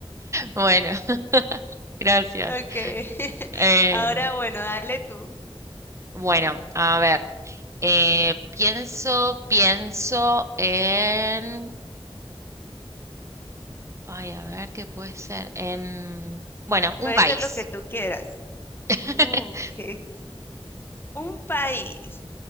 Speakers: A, on the right; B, on the left.
A: Bueno, <laughs> gracias.
B: Ok. <laughs>
A: Eh,
B: Ahora, bueno, dale tú.
A: bueno, a ver. eh, pienso, pienso en... Ay, a ver, ¿qué puede ser? Em, bueno, un
B: Puede
A: país.
B: ser lo que tú quieras.
A: <laughs>
B: Oh, ok. Un país